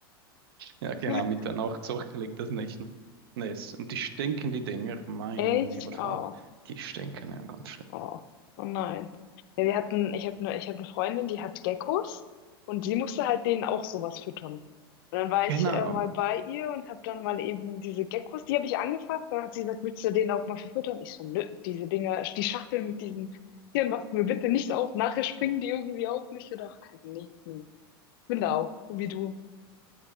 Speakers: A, on the right; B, on the left.
A: Ja, genau,
B: <laughs>
A: mit der Nachzucht gelingt das nicht. Ne? Nee, es, und die stinken die Dinger, mein
B: Echt?
A: lieber Schwan.
B: Oh,
A: Die stinken ja ganz schlimm.
B: oh, oh nein. Ja, wir hatten, ich habe eine, ich hab eine Freundin, die hat Geckos und die musste halt denen auch sowas füttern. Und dann war ich
A: Genau,
B: äh, mal bei ihr und habe dann mal eben diese Geckos, die habe ich angefasst. Dann hat sie gesagt, willst du denen auch mal verfüttern? Ich so, nö, diese Dinger, die Schachteln mit diesen Tieren machst du mir bitte nicht auf. Nachher springen die irgendwie auf mich. oder? ach, keine, nee, nee. Ich bin da auch, wie du.